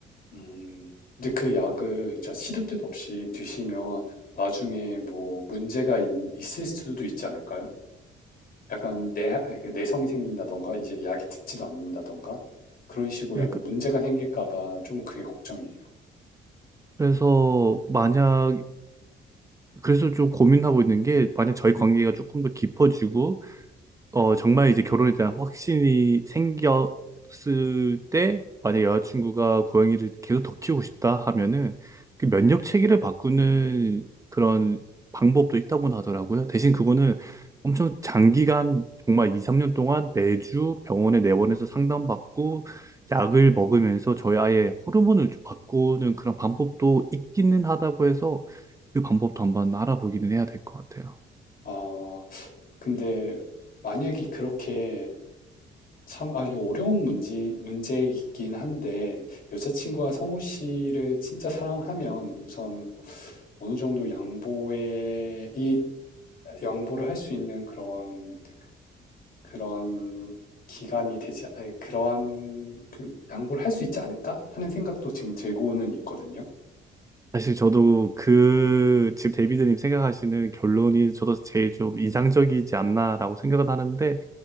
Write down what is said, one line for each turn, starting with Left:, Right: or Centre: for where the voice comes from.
Left: 음. 근데 그 약을 진짜 시도 때도 없이 드시면 나중에 뭐 문제가 있- 있을 수도 있지 않을까요? 약간 내, 내성이 생긴다던가, 이제 약이 듣지도 않는다던가, 그런 식으로
Right: 예,
Left: 약간
Right: 그,
Left: 문제가 생길까봐 좀 그게 걱정이에요.
Right: 래서 만약, 그래서 좀 고민하고 있는 게, 만약 저희 관계가 조금 더 깊어지고, 어, 정말 이제 결혼에 대한 확신이 생겼을 때, 만약 여자친구가 고양이를 계속 더 키우고 싶다 하면은, 그 면역 체계를 바꾸는 그런 방법도 있다고 하더라고요. 대신 그거는 엄청 장기간, 정말 2, 3년 동안 매주 병원에 내원해서 상담받고, 약을 먹으면서 저희 아이의 호르몬을 좀 바꾸는 그런 방법도 있기는 하다고 해서, 그 방법도 한번 알아보기는 해야 될 것 같아요.
Left: 아, 근데 만약에 그렇게 참, 아, 이거 어려운 문제, 문제이긴 한데, 여자친구가 성우 씨를 진짜 사랑하면 우선 어느 정도 양보에, 이, 양보를 할 수 있는 그런, 그런 기간이 되지, 아니, 그러한, 그, 양보를 할 수 있지 않을까? 하는 생각도 지금 들고는 있거든요.
Right: 사실 저도 그 지금 데이비드님 생각하시는 결론이 저도 제일 좀 인상적이지 않나라고 생각은 하는데